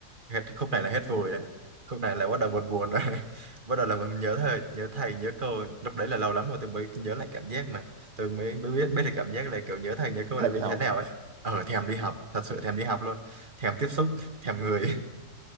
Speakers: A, on the right; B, on the right.
A: hết khúc này là hết
B: ừ.
A: vui đấy khúc này là bắt đầu buồn buồn rồi <laughs> bắt đầu là mình nhớ thầy nhớ thầy nhớ cô lúc đấy là lâu lắm rồi tôi mới nhớ lại cảm giác mà tôi mới mới biết biết được cảm giác là kiểu nhớ thầy nhớ cô
B: thèm
A: là như
B: đi học
A: thế nào ấy ờ thèm đi học thật sự thèm đi học luôn thèm tiếp xúc <laughs> thèm người